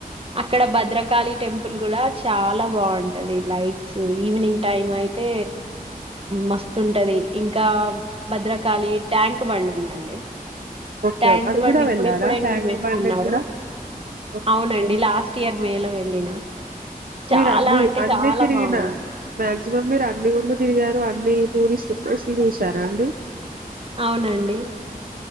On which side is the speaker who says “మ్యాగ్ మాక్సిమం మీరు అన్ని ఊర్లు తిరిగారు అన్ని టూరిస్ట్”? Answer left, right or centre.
Right